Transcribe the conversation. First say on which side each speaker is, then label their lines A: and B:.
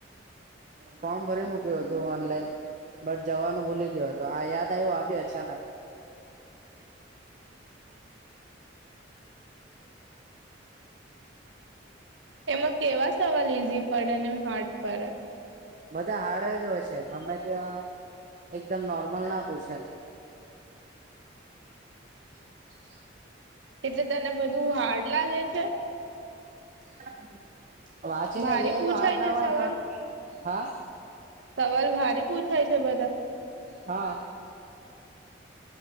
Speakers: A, on the right; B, on the right.
A: ફોર્મ ભરી મુક્યો હતો ઓનલાઈન. બટ જવાનું ભૂલી ગયો હતો. આ યાદ આવ્યું આ બી અચાનક.
B: એમાં કેવા સવાલ ઈઝી પડે ને હાર્ડ પડે?
A: બધાં હાર્ડ જ હોય છે. ગમે ત્યાં એકદમ નોર્મલ ના પૂછે. <inaudible>
B: એટલે તને બધું હાર્ડ લાગે છે?
A: <inaudible> વાંચીને
B: ભારી
A: જઇએ
B: પૂછાય
A: તો હાર્ડ ના
B: છે
A: પડે
B: સવાલ
A: પણ હા?
B: સવાલ ભારી પૂછાય છે બધાં?
A: હા